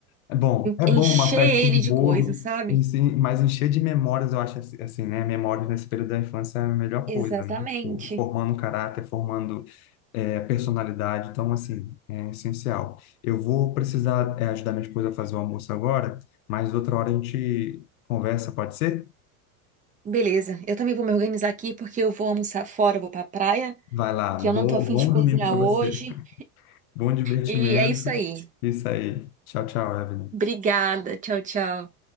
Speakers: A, on the left; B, on the right.
A: é bom. É
B: Encher
A: bom uma festa
B: ele
A: de bolo,
B: de coisas, sabe?
A: e sim, mas encher de memórias, eu acho assim, assim, né? Memórias nesse período da infância é a melhor
B: Exatamente.
A: coisa, né? Tipo, Formando caráter, formando é, personalidade. Então, assim, é essencial. Eu vou precisar é, ajudar minha esposa a fazer o almoço agora, mas outra hora a gente conversa, pode ser?
B: Beleza, eu também vou me organizar aqui porque eu vou almoçar fora, eu vou pra praia,
A: Vai lá,
B: que
A: bo-
B: eu não tô afim
A: bom
B: de cozinhar
A: domingo para
B: hoje.
A: você. <laughs> Bom divertimento.
B: E é isso aí.
A: Isso aí. Tchau, tchau, Evelyn.
B: Obrigada, tchau, tchau.